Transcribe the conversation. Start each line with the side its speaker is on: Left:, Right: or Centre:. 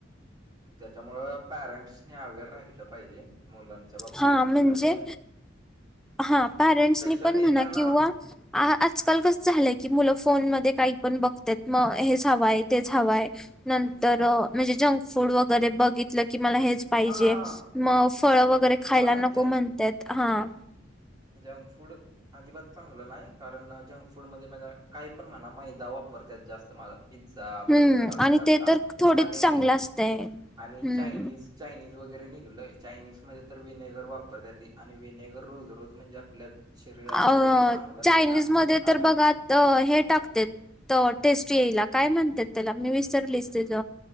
Right: त्याच्यामुळ पॅरेंट्स अवेअर राहिलं पाहिजे. मुलांच्या बाबतीत
Centre: हा म्हणजे
Right: आणि.
Centre: हा पॅरेंट्सनी
Right: स्पेशली
Centre: पण म्हणा
Right: त्यांना
Centre: किंवा. आ आजकाल कस झालंय की मुलं फोन मध्ये काही पण बघतात मग हेच हवंय तेच हवंय. नंतर म्हणजे जंक फूड वगैरे बघितलं की मला हेच. पाहिजे
Right: हां, हां.
Centre: मग फळ वगैरे
Right: तुम्हाला
Centre: खायला
Right: माहिती
Centre: नको म्हणतात हा.
Right: Junk food. अजिबात चांगलं नाही कारण जंक फूड मध्ये माझ काय पण म्हणा मैदा वापरतात जास्त माला. पिझ्झा बर्गर
Centre: हम्म
Right: असल्या
Centre: आणि
Right: आता
Centre: ते तर थोडीच
Right: आणि
Centre: चांगलं असतंय
Right: आणि
Centre: हम्म
Right: चायनीज. चायनीज वगैरे निघालोय चायनीज मध्ये तर विनेगर वापरतात ती आणि विनेगर रोज रोज म्हणजे. आपल्या शरीरात
Centre: अ
Right: गेलेलं चांगलं नाही
Centre: चायनीज
Right: ना
Centre: मध्ये
Right: आणि.
Centre: बघा तर हे टाकते त टेस्ट येईला काय म्हणतात त्याला मी विसरलीस ते ज.